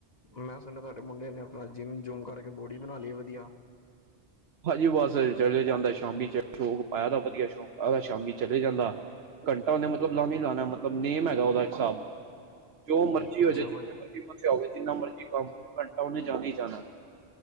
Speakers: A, on the left; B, on the right.
A: ਮੈਂ ਸੁਣਿਆ, ਤੁਹਾਡੇ ਮੁੰਡੇ ਨੇ ਅਪਣਾ ਜਿੰਮ-ਜੁਮ ਕਰਕੇ ਬੋਡੀ ਬਣਾ ਲਈ ਏ ਵਧੀਆ?
B: ਭਾਜੀ ਬਸ ਚਲੇ ਜਾਂਦਾ ਸ਼ਾਮੀ ਚ ਸ਼ੌਂਕ ਪਾਇਆ ਦਾ, ਵਧੀਆ ਸ਼ੌਂਕ ਪਾਇ ਦਾ ਸ਼ਾਮੀ ਚਲੇ ਜਾਂਦਾ। ਘੰਟਾ ਉਹਨੇ ਮਤਲਬ ਲਾਣਾ ਈ ਲਾਣਾ ਮਤਲਬ ਨੇਮ ਹੈਗਾ ਉਹਦਾ ਇੱਕ ਹਿਸਾਬ ਦਾ, ਜੋ ਮਰਜ਼ ਜੀ
A: ਅੱਛਾ
B: ਹੋਜੇ, ਜਿੱਥੇ
A: ਭਾਜੀ
B: ਮਰਜ਼ੀ ਫਸਿਆ ਹੋਵੇ, ਜਿੰਨਾ ਮਰਜ਼ੀ ਕੰਮ ਹੋਵੇ ਘੰਟਾ ਉਹਨੇ ਜਾਣਾ ਈ ਜਾਣਾ।